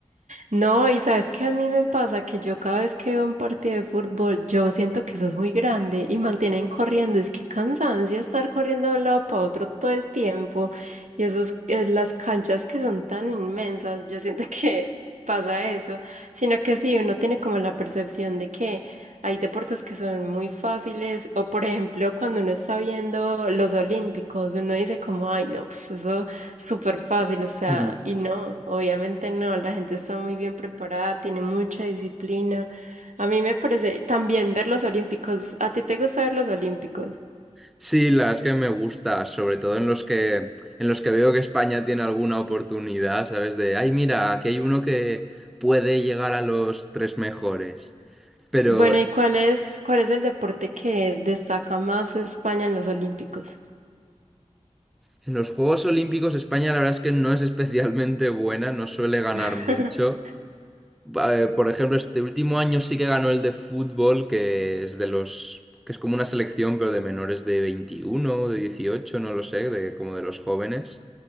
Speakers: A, on the right; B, in the centre.
A: No, y sabes que a mí me pasa que yo cada vez que veo un partido de fútbol, yo siento que eso es muy grande y mantienen corriendo. Es que cansancio estar corriendo de un lado para otro todo el tiempo. Y esos, eh, las canchas que son tan inmensas, yo siento <laughs> que pasa eso. Sino que sí, uno tiene como la percepción de que hay deportes que son muy fáciles. O por ejemplo, cuando uno está viendo los olímpicos, uno dice como, ay, no, pues eso. Súper fácil, o sea,
B: Mm.
A: y no, obviamente no, la gente está muy bien preparada, tiene mucha disciplina. A mí me parece también ver los olímpicos, ¿a ti te gusta ver los olímpicos?
B: Sí, la verdad es que me gusta, sobre todo en los que, en los que veo que España tiene alguna oportunidad, ¿sabes? De, ay, mira, aquí hay uno que puede llegar a los tres mejores. Pero
A: Bueno, ¿y cuál es, cuál es el deporte que destaca más España en los olímpicos?
B: En los Juegos Olímpicos España la verdad es que no es especialmente buena, no suele ganar
A: <laughs>
B: mucho. Eh, por ejemplo, este último año sí que ganó el de fútbol, que es de los, que es como una selección, pero de menores de 21 o de 18 no lo sé, de como de los jóvenes.